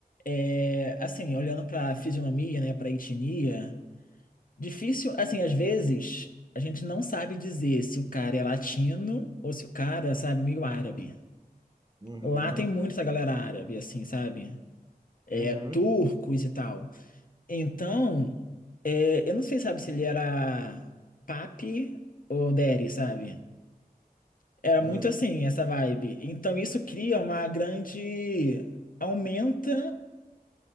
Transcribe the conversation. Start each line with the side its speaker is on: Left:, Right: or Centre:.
Left: é, assim, olhando pra fisionomia, né, pra etnia, difícil, assim, às vezes a gente não sabe dizer se o cara é latino ou se o cara, sabe, meio árabe.
Right: Uhum,
Left: Lá tem muito essa galera árabe, assim, sabe? é,
Right: uhum,
Left: turcos e tal. Então, é, eu não sei, sabe, se ele era papi ou deri, sabe? Era
Right: uhum.
Left: muito assim, essa vibe. Então, isso cria uma grande... Aumenta